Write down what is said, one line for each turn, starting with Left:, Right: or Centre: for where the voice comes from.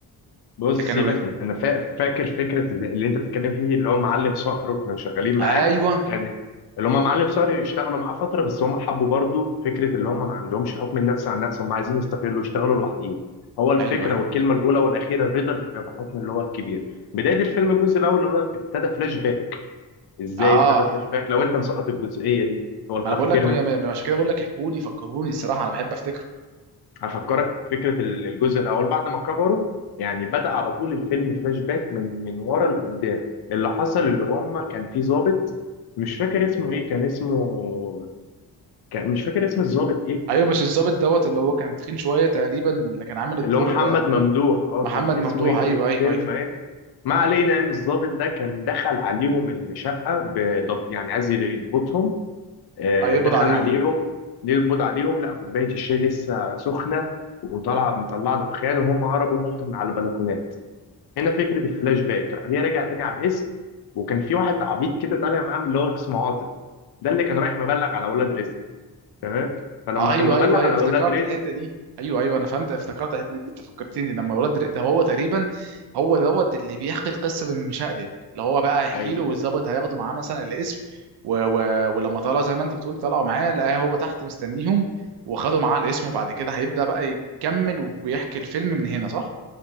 Left: بص
Right: اللي كانوا
Left: سيبك
Right: بيه
Left: من انا فا... فاكر فكره اللي, اللي انت بتتكلم فيه اللي هو معلم صقر وكانوا شغالين معاه
Right: ايوه
Left: كان اللي هم معلم صقر يشتغلوا معاه فتره بس هم حبوا برضو فكره اللي هم ما عندهمش حكم النفس عن نفسهم هم عايزين يستقلوا يشتغلوا لوحديهم هو الفكره
Right: ايوه أيوه.
Left: والكلمه الاولى والاخيره الرضا بحكم اللي هو الكبير بدايه الفيلم الجزء الاول اللي هو ابتدى فلاش باك ازاي
Right: اه
Left: ابتدى فلاش باك لو انت مسقط الجزئيه دي ولا
Right: ما انا بقول
Left: فاكرها
Right: لك ما- ما- عشان كده بقول لك احكوا لي فكروني الصراحه انا بحب افتكره
Left: هفكرك فكرة ال- الجزء الأول بعد ما كبروا يعني بدأ على طول الفيلم فلاش باك من من ورا لقدام اللي حصل اللي هم كان في ضابط مش فاكر اسمه إيه كان اسمه كان مش فاكر اسم الضابط إيه
Right: ايوه مش الظابط دوت اللي هو كان تخين شويه تقريبا اللي كان عامل الدور
Left: اللي هو محمد
Right: آه،
Left: ممدوح أه
Right: محمد
Left: كان
Right: ممدوح
Left: اسمه إيه
Right: ايوه
Left: في الفيلم
Right: ايوه ايوه
Left: إيه ما علينا يعني الضابط ده كان دخل عليهم الشقة بضبط يعني عايز يضبطهم آه،
Right: هيقبض
Left: دخل
Right: عليهم
Left: عليهم يقبض عليهم لقى كوباية الشاي لسه سخنة وطلع مطلع دخان وهم هربوا نطوا من على البلكونات هنا فكره الفلاش باك راح جاي راجع تاني على الاسم وكان في واحد عبيط كده طالع معاه من اللي هو اسمه عاطف ده اللي كان رايح مبلغ على اولاد رزق تمام فلما
Right: ايوه
Left: كان مبلغ
Right: ايوه
Left: على
Right: ايوه افتكرت
Left: اولاد رزق
Right: الحته دي ايوه ايوه انا فهمت افتكرت الحته دي انت فكرتني لما ولاد رق- ده هو تقريبا هو دوت اللي بيحكي القصه بالمشقلب اللي هو بقى يحكي
Left: اي
Right: له والظابط هياخده معاه مثلا الاسم و... و... ولما طلع زي ما انت بتقول طلعوا معاه لقاه هو تحت مستنيهم وخدوا معاه الاسم وبعد كده هيبدا بقى يكمل وبيحكي الفيلم من هنا صح؟